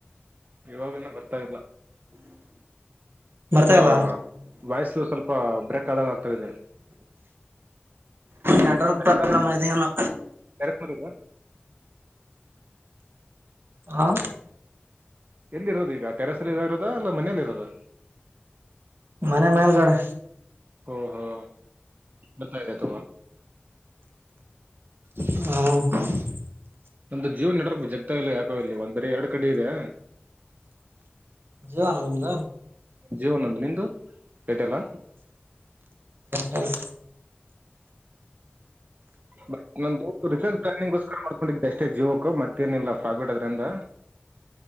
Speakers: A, on the right; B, on the right.
A: ಇರಾಗನ ಬರ್ತಾ ಇಲ್ಲ ಸ್ವಲ್ಪ
B: ಬರ್ತಾ ಇಲ್ಲ
A: ವಯಸ್ಸು ಸ್ವಲ್ಪ ಬ್ರಕ್ ಕದ ಆಗ್ತ ಇದೆ
B: ನೆಟ್ವರ್ಕ್
A: ಮನ
B: ಪ್ರಾಬ್ಲಮ್
A: ಒಳ
B: ಇದೆಯೇನೋ
A: ಕೆರೆಸ್ ಮಾಡದು
B: ಹಾ
A: ಎಲ್ಲಿ ಇರೋದು ಈಗ ಟೆರಸ್ ಅಲ್ಲಿ ಇರೋದಾ ಇಲ್ಲ ಮನೇಯಲ್ಲಿ ಇರೋದ
B: ಮನೆ ಮೇಲ್ಗಡೆ
A: ಓ ಹೋ ಬತಿದೆತ
B: ಹ
A: ನಮ್ದ ಜೀವನ ನಡರ ಜಗ್ತ ಇಲ್ಲ ಯಾಕ ಇಲ್ಲಿ ಒಂದರಿ ಎರಡ್ ಕಡೆ ಇದೆ
B: ಜವ ಆನಂದ
A: ನ ಜೀವನೊಂದು ನಿಂದುಟಲ್ಲ
B: ಟಲ್ಲ
A: ಬ ನ ರಿಸರ್ಚ್ ಪ್ಲಾನಿಂಗ್ಗೋಸ್ಕರ ಮಾಡ್ಕೊಂಡಿದ್ದೆ ಅಷ್ಟೇ ಜೀವೋಕ್ ಮತ್ತೇನಿಲ್ಲ ಪ್ರಾಫಿಟ್ ಅದ್ರಿಂದ